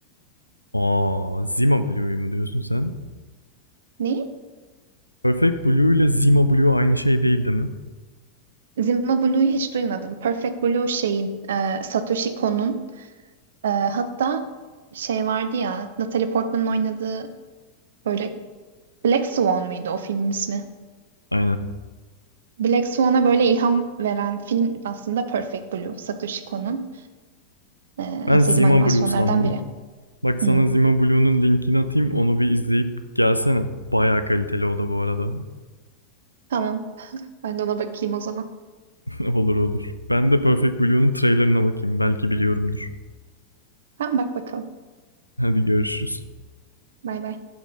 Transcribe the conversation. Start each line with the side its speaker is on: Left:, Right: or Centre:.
Left: Aa, Zima Blue'yu mu diyorsun sen?
Right: Ne?
Left: Perfect Blue ile Zima Blue aynı şey değil değil mi?
Right: Zima Blue'yu hiç duymadım. Perfect Blue şeyin eee, Satoshi Kon'un eee, hatta şey vardı ya Natalie Portman'ın oynadığı böyle Black Swan mıydı o filmin ismi?
Left: Aynen.
Right: Black Swan'a böyle ilham veren film aslında Perfect Blue. Satoshi Kon'un eee,
Left: Ben
Right: en sevdiğim
Left: Zima
Right: animasyonlardan
Left: Blue sandım.
Right: biri.
Left: Bak sana
Right: Hmm.
Left: Zima Blue'nun linkini atayım onu bir izleyip gelsene. Bayağı kaliteli o da bu arada.
Right: Tamam. Ben de ona bakayım o zaman.
Left: <laughs> Olur olur. Ben de Perfect Blue'nun trailerına bakayım belki biliyorumdur.
Right: Tamam bak bakalım.
Left: Hadi görüşürüz.
Right: Bay bay.